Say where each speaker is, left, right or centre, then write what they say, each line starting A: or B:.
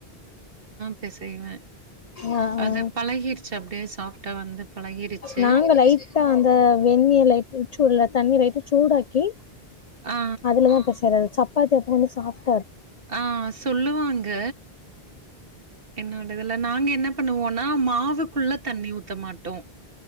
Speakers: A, on the right (about 65°); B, on the left (about 55°).
A: பெசைய்வே
B: ஆ ஆ
A: அது பழகிடுச்சு அப்டியே சாஃப்டா வந்து பழகிருச்சு
B: நாங்க லைட்டா அந்த வெந்நீ லைட் சூடல தண்ணி லைட்ட சூடாக்கி
A: ஆ
B: அதுலதா பெசறது சப்பாத்தி அப்ப கொஞ்சோ சாஃப்
A: ஆஹ் சொல்லுவாங்க என்னோடதுலன்னா நாங்க என்ன பண்ணுவோம்னா மாவுக்குள்ள தண்ணி ஊத்த மாட்டோ